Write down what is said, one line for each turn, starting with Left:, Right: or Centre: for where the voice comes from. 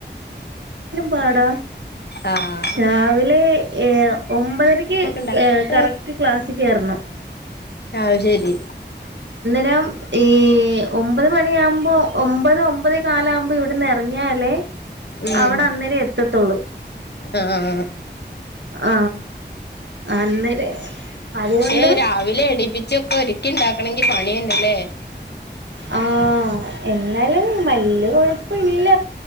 Right: വട
Left: ആഹ്
Right: രാവിലെ ഏ ഒമ്പതരയ്ക്ക്
Left: സൗണ്ട് ഉണ്ടാക്കല്ലേ
Right: ഏ കറക്റ്റ് ക്ലാസ്സിൽ കയറണം
Left: ആ ശരി
Right: രം ഈ ഒമ്പത് മണിയാകുമ്പോ ഒ ഒമ്പത് ഒമ്പത് കാലാവുമ്പോ ഇവിടന്ന് ഇറങ്ങിയാലേ
Left: ഉം
Right: അവിടെ അന്നേരം എത്തത്തോള്
Left: ആഹ്
Right: ആ അന്നേരം അതുകൊണ്ട്
Left: പക്ഷെ രാവിലെ എണ്ണിപ്പിച്ചൊക്കെ ഒരിക്കി ഉണ്ടാക്കണൊങ്കി പണി തന്നല്ലേ
Right: ആ എന്നാലും വല്യ കൊഴപ്പം ഇല്ല